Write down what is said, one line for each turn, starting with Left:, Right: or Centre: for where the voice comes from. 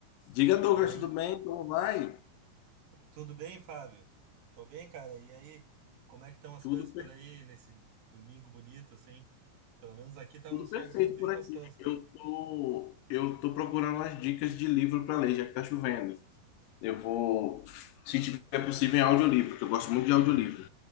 Left: Diga, Douglas,
Right: E aí,
Left: tudo bem? Como vai?
Right: tudo bem, Fábio? Tô bem, cara. E aí, como é que estão as
Left: Tudo,
Right: coisas
Left: per-
Right: por aí nesse domingo bonito, assim? Pelo menos aqui tá
Left: tudo
Right: um solzinho
Left: perfeito
Right: bem
Left: por
Right: gostoso,
Left: aqui.
Right: cara.
Left: Eu tô, eu tô procurando umas dicas de livro para ler, já que tá chovendo. Eu vou, se tiver possível, em audiolivro, porque eu gosto muito de audiolivro.